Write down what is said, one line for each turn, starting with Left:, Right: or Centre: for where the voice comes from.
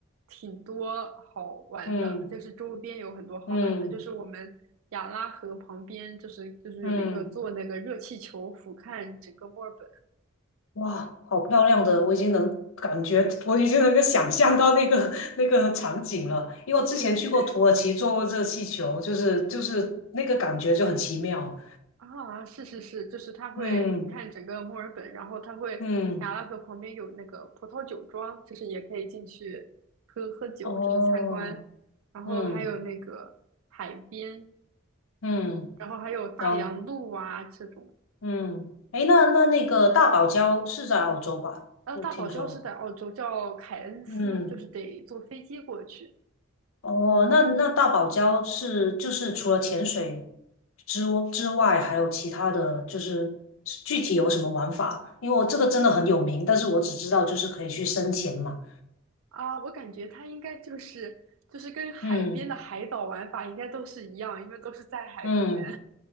Right: 挺多好玩的，
Left: 嗯
Right: 就是周边有很多好玩的，
Left: 嗯
Right: 就是我们亚拉河旁边，就是就是有一个坐那个热气球俯瞰整个墨尔本。
Left: 嗯，哇，好漂亮的，我已经能感觉，我已经能够想象到那个 <laughs> 那个场景了，因为我之前去过土耳其坐过热气球，
Right: 对对对，
Left: 就是就是那个感觉就很奇妙。
Right: 啊，是是是，就是它会俯瞰整个墨尔本，
Left: 嗯。
Right: 然后它会雅拉河旁边有那个葡萄酒庄，
Left: 嗯，
Right: 就是也可以进去喝喝酒，
Left: 哦，
Right: 就是参观，然后还有那个海边，
Left: 嗯嗯，
Right: 然后还有大洋路啊这种。
Left: 行，嗯，诶，那那那个大堡礁是在澳洲吧？
Right: 然后大堡礁是在澳洲，
Left: 我听说，
Right: 叫凯恩斯，
Left: 嗯，
Right: 就是得坐飞机过去
Left: 哦，那那大堡礁是就是除了潜水之之外，还有其他的就是具体有什么玩法？因为我这个真的很有名，但是我只知道就是可以去深潜嘛，
Right: 啊。我感觉它应该就是就是跟海边的海岛玩法应该都是一样，
Left: 嗯
Right: 因为都是在海边。
Left: 嗯，